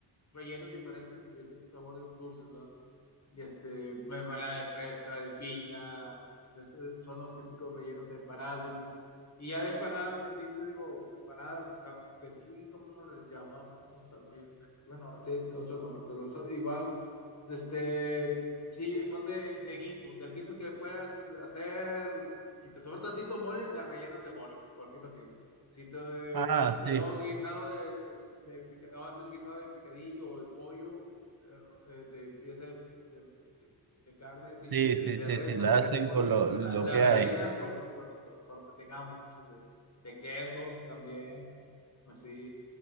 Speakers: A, on the left; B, on the right.
A: rellenos diferentes, de diferentes sabores dulces, ¿verdad? y este, mermelada de fresa, de piña, es- es- son los típicos rellenos de empanadas dulces. Y ya de empanadas así, te digo, empanadas, aunque aquí como les llamamos también, Este, bueno, tiene otro nombre, pero eso igual, este, sí, son de, de guiso, del guiso que puedas hacer, si te sobra tantito mole, la rellenas de mole, por decirlo así. Si te
B: Ah,
A: quedó
B: sí,
A: guisado de, de, de pica- haces guisado de picadillo o de pollo, eh, eh, de pieza de, de, de carne, sí,
B: sí,
A: de,
B: sí,
A: de,
B: sí,
A: res
B: sí,
A: o
B: la
A: de
B: hacen
A: pollo,
B: con lo,
A: ah,
B: lo
A: la
B: que
A: rellenas
B: hay.
A: con, es- con eso, con lo que tengamos muchas veces. De queso también, así.